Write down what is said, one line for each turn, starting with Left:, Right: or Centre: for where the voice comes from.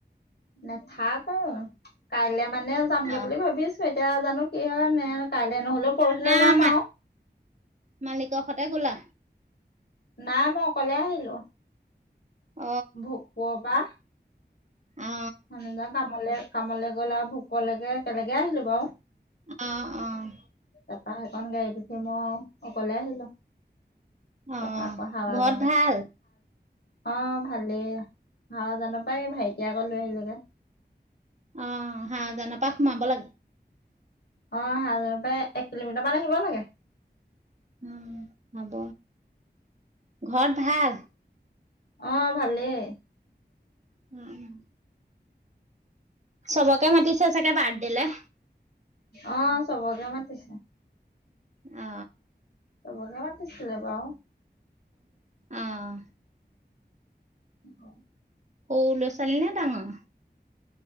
Left: নেথাকো, কাইলে মানে যামগে
Right: অ
Left: বুলি ভাবি আছোঁ। এতিয়া জানো কি হয় নে কাইলে নহ'লেও পৰহিলৈ
Right: তা
Left: যাম
Right: মা
Left: আৰু।
Right: মালিকৰ সতে গ'লা?
Left: নাই মই অকলে আহিলোঁ,
Right: অ',
Left: ভোকপুৰৰ পৰা।
Right: অ।
Left: মানুহজন কামলে কামলে গ'ল আৰু ভোগপুৰলৈকে একেলগে আহিলোঁ বাৰু।
Right: অ' অ'।
Left: তাৰপা সেইকখন গাড়ীত উঠি মই অকলে আহিলোঁ।
Right: অ',
Left: তাৰপা আকৌ <unintelligible>
Right: ঘৰত ভাল?
Left: অ ভালেই, হৱাজান পাই ভাইটিয়ে আকৌ লৈ আহিলৈগে।
Right: অ হৱাজানৰ পা সোমাব লাগে?
Left: অ' হাৱাজানৰ পৰা এক কিলোমিটাৰ মান আহিব লাগে।
Right: উম হ'ব। ঘৰত ভাল?
Left: অ ভালেই।
Right: উম। চবকে মাতিছে চাগে বাৰ্থডেলে?
Left: অ চবকে মাতিছে।
Right: অ।
Left: চবকে মাতিছিলে বাউ
Right: অহ
Left: <unintelligible>
Right: সৰু ল'ৰা ছোৱালী নে ডাঙৰ